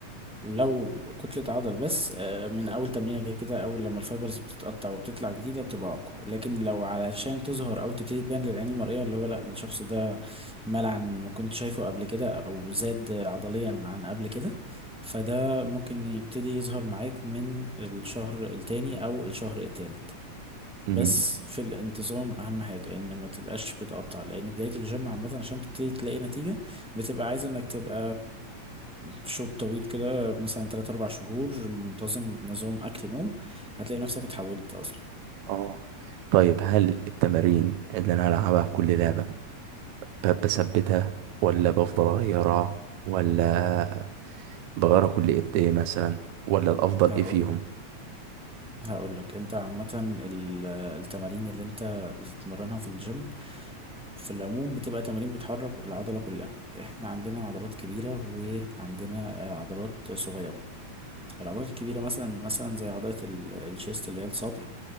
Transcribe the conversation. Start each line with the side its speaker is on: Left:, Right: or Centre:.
Centre: لو كتلة عضل بس آه، من أول تمرينة كده كده أول لما الفايبرز بتتقطع وبتطلع جديدة بتبقى أقوى لكن لو علشان تظهر أو تبتدي تبان للعين المرئية اللي هو لأ الشخص ده مال عن ما كنت شايفه قبل كده أو زاد عضليا عن قبل كده فده ممكن يبتدي يظهر معاك من الشهر التاني أو الشهر التالت
Right: مم.
Centre: بس في الانتظام اهم حاجة ان ما تبقاش بتقطع لان بداية الجيم عامة عشان تبتدي تلاقي نتيجة بتبقى عايز انك تبقى شوط طويل كده مثلا 3 4 شهور منتظم نظام اكل نوم هتلاقي نفسك اتحولت اصلا
Right: اه طيب هل التمارين اللي انا هلعبها في كل لعبة ب- بثبتها ولا بفضل اغيرها ولا بغيرها كل قد ايه مثلا ولا الافضل
Centre: هقول
Right: ايه فيهم
Centre: هقول لك انت عامة ال- التمارين اللي انت بتتمرنها في الجيم في العموم بتبقى تمارين بتحرك العضلة كلها احنا عندنا عضلات كبيرة وعندنا آه، عضلات صغيرة العضلات الكبيرة مثلا مثلا زي عضلة ال- الشيست اللي هي الصدر